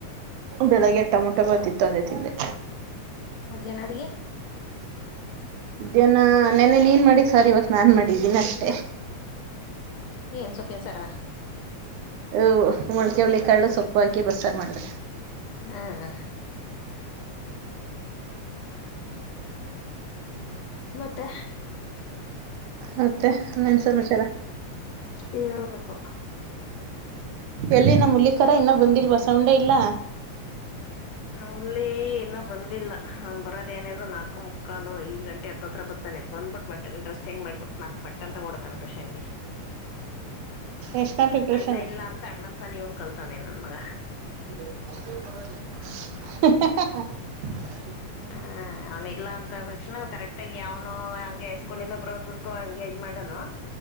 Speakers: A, on the right (about 85°); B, on the left (about 80°).
A: ಬೆಳಿಗ್ಗೆ ಟೊಮೊಟೊ ಬಾತ್ ಇತ್ತು ಅದೇ ತಿಂದೆ
B: ಮಧ್ಯಾಹ್ನ ಅಡಿಗೆ
A: ಇದ್ಯಾನ ನೆನ್ನ ನೀನ್ ಮಾಡಿದ ಸಾರ್ ಇವತ್ತು ನಾನ್ ಮಾಡಿದ್ದೀನಿ ಅಷ್ಟೆ
B: ಏನ್ ಸೊಪ್ಪನ್ ಸಾ ರಾ
A: ಅ ಮೊಳ್ಕೆ ಹಳಿ ಕಳ್ಳು ಸೊಪ್ಪು ಹಾಕಿ ಬರ್ಸಾರ್ ಮಾಡ್ರ
B: ಹ್ಮ ಹ ಮತ್ತೆ
A: ಮತ್ತೆ ನನ್ ಸಮಾಚಾರ
B: ಹೇಳ್ಬೇಕು
A: ಎಲ್ಲಿನ ಮುಲ್ಲಿಕರ ಇನ್ನೂ ಬಂದಿಲ್ ಬಸೌಂಡೇ ಇಲ್ಲ
B: ನಲ್ಲೇ ಇ ಬಂದಿಲ್ಲ ಬರದೇನಿದ್ ನಲ್ಕು ಮುಕ್ಕಾಲು ಐದ ಗಂಟೆ ಹತ್ತತ್ರ ಬರ್ನೆ ಬ್ಬಿಟ್ಟ ಬಟ್ ಇಂಟ್ರೆಸ್ಟ್ ಚೇಂಗ್ ಮಾಡ್ಬಿಟ್ಟು ಮತ್ತತ್ ಪಟ್ಟ ಅಂತ ಓಡತಾನ ಟ್ಯೂಷನ್ಗೆ
A: ಎಷ್ಟ್ ಗಂಟೆಗ್ ಟ್ಯೂಷನ್
B: ಅಣ್ಣ ಇಲ್ಲ ಅಂತ ಅಣ್ಣನ್ ಸಲ ಇವ್ನ್ ಕಲ್ತವನೇ ನನ್ ಮಗ
A: <unintelligible> <inaudible>
B: ಹ್ಮ ಅವನಲ್ಲಾ ಅಂತ ತಕ್ಷಣ ಕರೆಕ್ಟ್ ಆಗಿ ಅವಾವನು ಹಂಗೆ ಸ್ಕೂಲ್ಂದ ಬರೋದಕ್ಕೂ ಹಂಗೆ ಇನ್ ಮಾಡೋನು